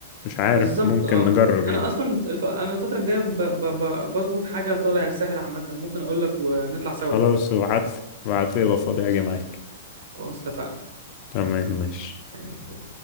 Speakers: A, on the left; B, on the right.
A: مش عارف
B: بالظبط
A: ممكن
B: اه
A: نجرب يعني
B: انا اصلا الف... انا الفتره الجايه ب... ب... ب... بظبط حاجه طالع الساحل عامه ممكن اقول لك ونطلع سوا
A: خلاص ابعتلي ابعتلي لو فاضي
B: خ...
A: هاجي معاك
B: خلاص اتفقنا
A: تمام ماشي
B: زي الفل